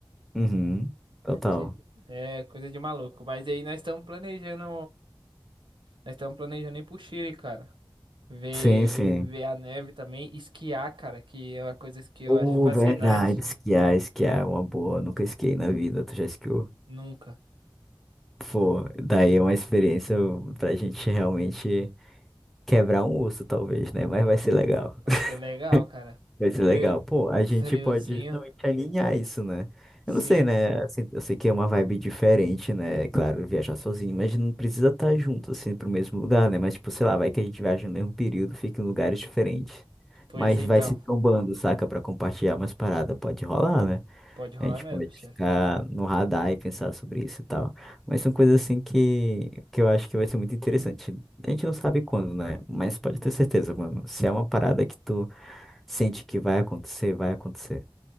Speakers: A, in the centre; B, on the right.
A: Uhum. Total.
B: Ti- É coisa de maluco. Mas aí nós estamos planejando. Nós estamos planejando ir pro Chile, cara. Ver,
A: Sim, sim.
B: ver a neve também. Esquiar, cara, que é uma coisa que eu
A: Oh,
B: acho fascinante.
A: verdade, esquiar, esquiar é uma boa. Nunca esquiei na vida, tu já esquiou?
B: Nunca.
A: Pô, daí é uma experiência pra gente realmente. Quebrar um osso, talvez, né? Mas vai ser legal.
B: Vai
A: <laughs>
B: ser legal, cara.
A: Vai ser
B: Frio,
A: legal. Pô, a
B: friozinho,
A: gente pode justamente alinhar isso, né? Eu
B: sim.
A: não sei, né? Assim, eu sei que é uma vibe diferente, né? Claro, viajar sozinho, mas não precisa estar junto, assim, pro mesmo lugar, né? Mas, tipo, sei lá, vai que a gente viaja no mesmo período, fica em lugares diferentes.
B: Pois
A: Mas
B: então.
A: vai se trombando, saca? Pra compartilhar umas paradas. Pode rolar, né?
B: Pode rolar
A: A gente
B: mesmo,
A: pode
B: chefe.
A: ficar no radar e pensar sobre isso e tal. Mas são coisas assim que, que eu acho que vai ser muito interessante. A gente não sabe quando, né? Mas pode ter certeza, mano. Se é uma parada que tu sente que vai acontecer, vai acontecer.